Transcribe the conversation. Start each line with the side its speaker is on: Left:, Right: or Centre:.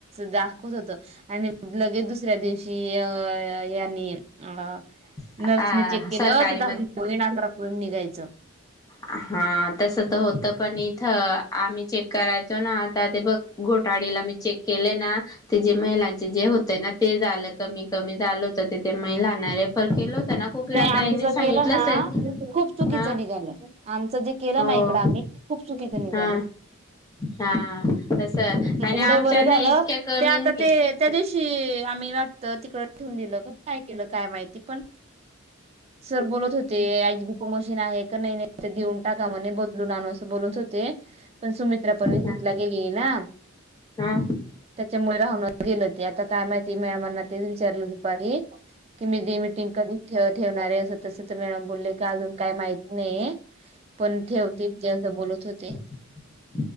Right: दाखवत होतो आणि लगेच दुसऱ्या दिवशी यांनी अ
Left: ह
Right: नर्सने चेक केलं
Left: सरकारी
Right: तर द पोईण अंग्रा पोळीण निघायचं
Left: ह हा तस तर होतं पण इथं आम्ही चेक करायचो ना आता ते बघ घोटाळी चेक के ना ज महिलां जे होते ते झा कमी क झा होत रेफर केल होत ना कोकडताने
Right: नाही आमचं केलं
Left: सांगितलं
Right: ना
Left: असेल
Right: खूप चुकीचं
Left: हा
Right: निघालं आमचं जे केलं
Left: हो
Right: ना इकडं आम्ही ते खूप चुकीचं निघालं
Left: हा हा तस आणि
Right: त्याच्यामुळे
Left: आमच्या
Right: बरं
Left: ना
Right: झालं
Left: इतक्या कमी
Right: ते आता
Left: नाही
Right: ते त्या दिवशी मी वाटत तिकड ठेवून दिलं काय केलं काय माहिती पण सर बोलत होते आचबी प मशीन आहे का नाही नाही देऊन टाका म्हणे बदलून आण बोलत होते पण सुमित्रा पण वि
Left: हा
Right: जथला गेली ना
Left: हा
Right: त्याच्यामुळे राहून गेल हो ते आता काय माहिती ममना तेच विचारलं दुपारी की मी ंग कधी ठेणारे तस तर मॅडम बोलले की अजून काही माहिती नाही पण ठेवतेजे असं बोलत होते
Left: ह